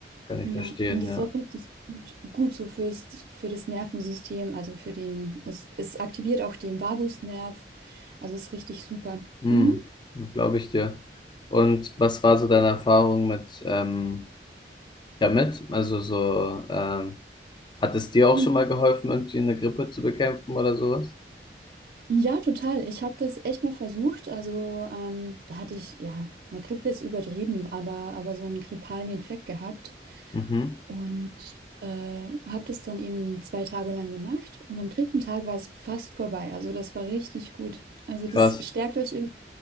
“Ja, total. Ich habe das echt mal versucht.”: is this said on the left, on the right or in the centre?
Right